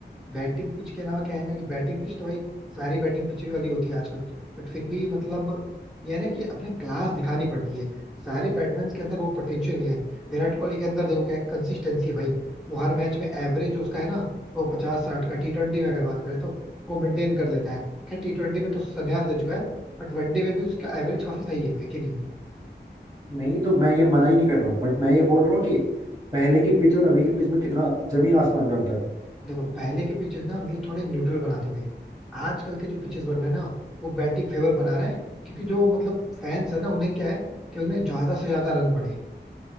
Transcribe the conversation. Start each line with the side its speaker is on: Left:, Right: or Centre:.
Centre: बैटिंग पिच के अलावा क्या है ना कि बैटिंग पिच तो भाई सारी बैटिंग पिच ही वाली होती है आजकल बट फिर भी मतलब ये है ना कि अपने क्लास दिखानी पड़ती है सारे बैट्समैन के अंदर वो पोटेंशियल नहीं है विराट कोहली के अंदर देखो क्या कंसिस्टेंसी है भाई वो हर मैच में एवरेज जो उसका है ना वो पचास साठ का टी ट्वेंटी में अगर बात करें तो वो मेंटेन कर लेता है खैर टी ट्वेंटी में तो संन्यास ले चुका है बट वनडे में भी उसका एवरेज काफी सही है है कि नहीं
Right: नहीं तो मैं ये मना ही नहीं कर रहा हूँ बट मैं ये बोल रहा हूँ कि पहले की पिच और अभी की पिच में कितना जमीन आसमान का अंतर है
Centre: देखो पहले के पिचेस ना मतलब थोड़े न्यूट्रल बनाते थे आजकल के जो पिचेस बन रहे हैं ना वो बैटिंग फेवर बना रहे हैं क्योंकि जो मतलब फैंस है ना उन्हें क्या है कि उन्हें ज्यादा से ज्यादा रन पड़े